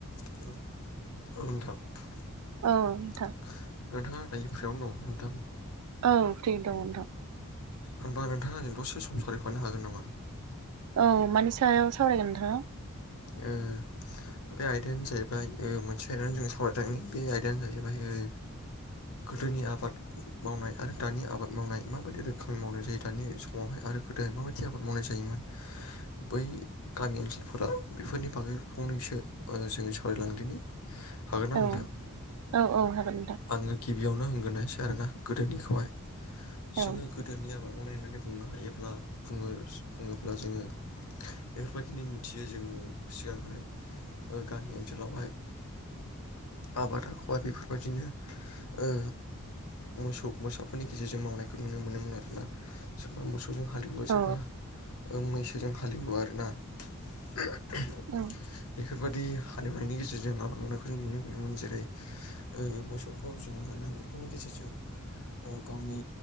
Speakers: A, on the left; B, on the right.
A: Hello औ नोंथां नोंथाङा
B: औ नोंथां
A: दायो फ्रियावनो दङ नोंथां
B: औ फ्रि दङ नोंथां
A: होनबा नोंथाङा जों दसे सम सावरायफानो हागोन नामा
B: औ मानि सायाव सावरायगोन नोंथाङा
A: ओ बे आयदायानो जाहैबाय ओ मोनसे आयदानो जों सावरायनायनि बे आयदायानो जाहैबाय ओ गोदोनि आबाद मावनाय आरो दानि आबाद मावनाय माबायदि रोखोमनि मावनाय जायो दानि समावहाय आरो गोदोहाय माबायदि आबाद मावनाय जायोमोन बै गामि ओनसोल फोराव बेफोरनि बागै फंनैसो जोङो सावरायलांदिनि हागोना नोंथां
B: औ औ औ हागोन नोंथां
A: आङो गिबियावनो होनग्रोनायसै आरोोना गोदोनिखौहाय
B: औ
A: जोङो गोदोनि आबाद मावनाय होननानै बुंनो हायोब्ला बुङो बुङोब्ला जोङो बेफोरबायदिनो मिथियो जोङो सिगांहाय ओ गामि ओनसोलावहाय आबाद आखया बेफोरबायदिनो ओ मोसौ मोसौफोरनि गेजेरजों मावनायखौ नुनो मोनोमोन आरोना सोरबा मोसौजों हालेवो
B: औ
A: सोरबा मैसोजों हालेवो आरोना <inaudible>
B: उम
A: बेफोरबायदि हालेवनायनि गेजेरजों आबाद मावनायखौ जों नुनो मोनोमोन जेरै ओ मोसौखौ जोङो नांगोलफोरनि गेजेरजों ओ गावनि